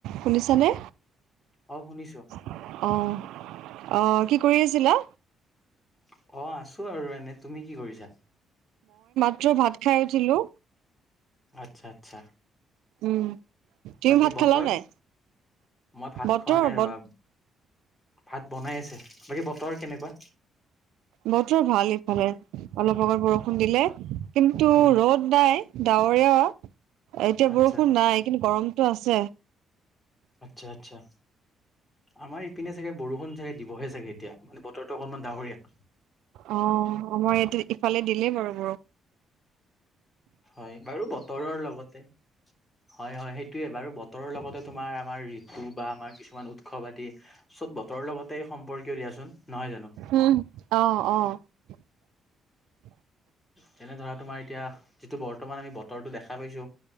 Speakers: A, on the right; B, on the left.
A: শুনিছানে?
B: অ শুনিছো
A: অ', অ', কি কৰি আছিলা?
B: অ, আছো আৰু এনে তুমি কি কৰিছা?
A: <unintelligible> ভাত খাই উঠিলোঁ।
B: আচ্ছা, আচ্ছা।
A: উম, তুমি
B: বাকী
A: ভাত
B: বতৰ?
A: খালা নাই?
B: মই ভাত
A: বতৰ
B: খোৱা নাই
A: ব
B: ৰ'বা। ভাত বনাই আছে। বাকী বতৰ কেনেকুৱা?
A: বতৰ ভাল ইফালে। অলপ, অলপ বৰষুণ দিলে। কিন্তু
B: উম
A: ৰ'দ নাই। ডাৱৰীয়া এতিয়া
B: আচ্ছা
A: বৰষুণ নাই কিন্তু গৰমতটো আছে।
B: আচ্ছা, আচ্ছা। আমাৰ ই পিনে চাগে বৰষুণ চাগে দিবহে চাগে এতিয়া মানে বতৰটো অকমান ডাহৰীয়া।
A: অ, মই এইটো ইফালে দিলে বাৰু বৰ
B: হয় বাৰু বতৰৰ লগতে। হয়, হয় সেইটোয়ে। বাৰু বত তৰৰ লগতে তোমাৰ আমাৰ ঋতু বা আমাৰ কিছুমান উৎসৱ আদি চব বতৰৰ লগতে সম্পৰী কিয় দিয়াচোন নহয় জানো?
A: উম, অ', অ', <inaudible>
B: তেনে ধৰা তোমাৰ এতিয়া যিটো বৰ্তমান আমি বতৰটো দেখা পাইছো